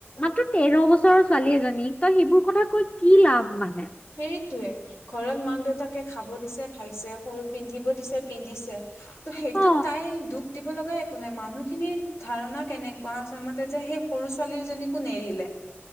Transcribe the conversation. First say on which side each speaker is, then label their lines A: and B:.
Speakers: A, on the left; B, on the left.
A: মাত্ৰ তেৰ বছৰৰ ছোৱালী এজনীক তই সেইবোৰ কথা কৈ কি লাভ মানে।
B: সেইটোৱে ঘৰত মাক দেউতাকে খাব দিছে খাইছে, সৰু পিন্ধিব দিছে পিন্ধিছে। ত' সেইটোত
A: অ
B: তাই দুখ দিব লগা একো নাই মানুহখিনিৰ ধাৰণা কেনেকুৱা আছে আমাৰ <unintelligible> যে সেই সৰু ছোৱালীজনীকো নেৰিলে।